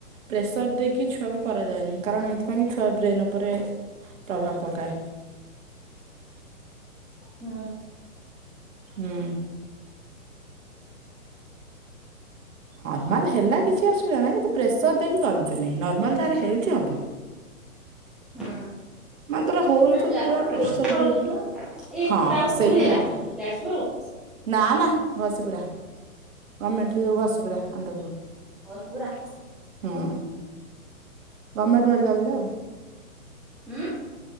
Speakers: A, on the right (about 60°); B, in the centre.
A: ପ୍ରେସର ଦେଇକି ଛୁଆକୁ କରାଯାଏନି କାରଣ ଏଇଥିପାଇଁ କି ଛୁଆ ବ୍ରେନ ଉପରେ ପ୍ରଭାବ ପକାଏ।
B: ହୁଁ।
A: ହୁଁ। ନର୍ମାଲ ହେଲା କିଛି ଅସୁବିଧା ନାହିଁ କିନ୍ତୁ ପ୍ରେସର ଦେଇକି କରନ୍ତି ନେହିଁ ନର୍ମାଲ ଯାହାର ହେଉଛି ହବ।
B: ହଁ।
A: ମାନେ ତୋର ହଉନଥିବ
B: ନାଇଁ ଯାହାର
A: ପୁରା ପ୍ରେସର
B: ବୋହୂତୁ ବଡ
A: ଦେଇକି
B: ଟ ଏଇ
A: ହଁ
B: ତାର
A: ସେଇ
B: କୋଉଠି ହେଲା।
A: କଥା।
B: ଯାସ୍ପୁରୁ।
A: ନା ନା ଘଷିପୁରା ଗମେଣ୍ଟରେ ଘଷି ପୁରା ଆନ୍ଦପୁର।
B: ଘଷିପୁରା।
A: ହୁଁ ଗମେଣ୍ଟ ମେଡିକାଲରେ ଆଉ।
B: ହୁଁ